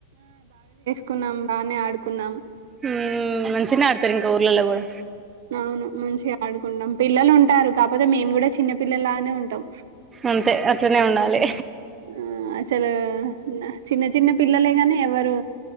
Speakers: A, on the right (about 70°); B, on the right (about 20°).
A: కున్నాం.
B: ఉమ్ మంచిగ్నే ఆడతరు ఇంకా ఊర్లల్ల కూడా.
A: అవును మంచిగా ఆడుకుంటాం, పిల్లలు ఉంటారు. పోతే మేము కూడ చిన్న పిల్లల్లానే ఉంటాం.
B: అంతే అట్లనే ఉండాలి
A: ఆ అసలు చిన్న చిన్న పిల్లలే కని ఎవరు